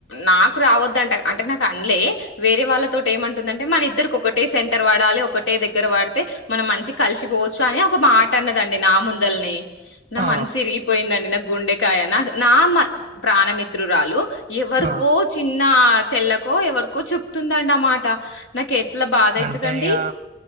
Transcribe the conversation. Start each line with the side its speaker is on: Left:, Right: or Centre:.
Left: నాకు రావొద్దంట అంటే నాకు అన్లే వేరే వాళ్ళతోటి ఏమంటుందంటే మన ఇద్దరికి ఒకటే సెంటర్ వడాలి ఒకటే దగ్గర పడితే మనం మంచి గా కలిసిపోవచ్చు అని ఒక మాట అన్నదండి నా ముందల్నే నా
Right: ఆ
Left: మనసు ఇరిగిపోయిందండి నా గుండె కాయ నా నా ప్రాణమిత్రురాలు ఎవరికో
Right: ఆ
Left: చిన్న చెల్లకో ఎవరికో చెప్తుందండి ఆ మాట నాకు ఎట్లా బాధ అయితదండి
Right: అంటే ఇగ